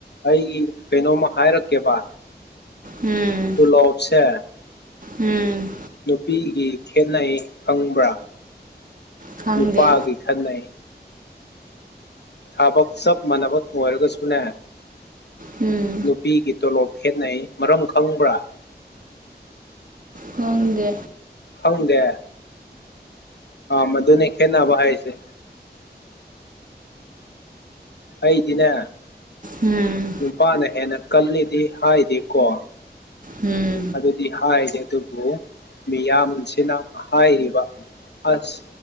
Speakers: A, on the left (about 75°); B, on the right (about 50°).
A: ꯑꯩꯒꯤ ꯀꯩꯅꯣꯝꯃ ꯍꯥꯏꯔꯛꯀꯦꯕ
B: ꯎꯝ
A: ꯇꯨꯂꯣꯞꯁꯦ
B: ꯎꯝ
A: ꯅꯨꯄꯤꯒꯤ ꯈꯦꯠꯅꯩ ꯈꯪꯕ꯭ꯔꯥ
B: ꯈꯪꯗꯦ
A: ꯅꯨꯄꯥꯒꯤ ꯈꯦꯠꯅꯩ ꯊꯕꯛ ꯁꯕ ꯃꯅꯥꯕ ꯄꯔꯒꯁꯨꯨꯅ
B: ꯎꯝ
A: ꯅꯨꯄꯤꯒꯤ ꯇꯣꯂꯣꯞ ꯈꯦꯅꯩ ꯃꯔꯝ ꯈꯪꯕ꯭ꯔꯥ
B: ꯈꯣꯡꯗꯦ
A: ꯈꯪꯗꯦ ꯑ ꯃꯗꯨꯅꯦ ꯈꯦꯠꯅꯕ ꯍꯥꯏꯁꯦ ꯑꯩꯗꯤꯅꯦ
B: ꯎꯝ
A: ꯅꯨꯄꯥꯅ ꯍꯦꯟꯅ ꯀꯜꯂꯤꯗꯤ ꯍꯥꯏꯗꯦꯀꯣ
B: ꯎꯝ
A: ꯑꯗꯨꯗꯤ ꯍꯥꯏꯔꯦ ꯑꯗꯨꯕꯨ ꯃꯤꯌꯥꯝꯁꯤꯅ ꯍꯥꯏꯔꯤꯕ ꯑꯁ